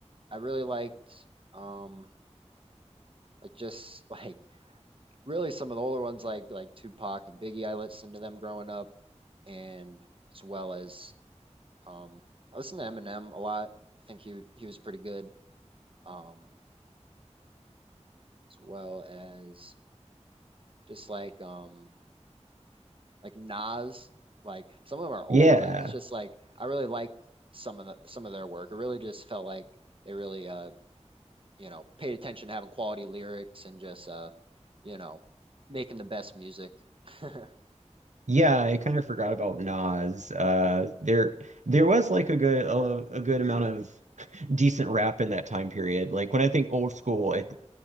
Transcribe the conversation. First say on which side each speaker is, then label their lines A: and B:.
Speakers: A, on the right (about 50°); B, on the right (about 80°).
A: I really liked um, like just <laughs> like really some of the older ones like like Tupac and Biggie. I listened to them growing up, and as well as um, I listened to Eminem a lot. I think he he was pretty good. Um, as well as just like um like Nas, like some of them are old,
B: Yeah.
A: but it's just like I really liked some of the some of their work. It really just felt like they really uh you know paid attention to having quality lyrics and just uh you know making the best music. <laughs>
B: Yeah, I kind of forgot about Nas. Uh, there there was like a good a, a good amount of <laughs> decent rap in that time period. Like when I think old school, I, th-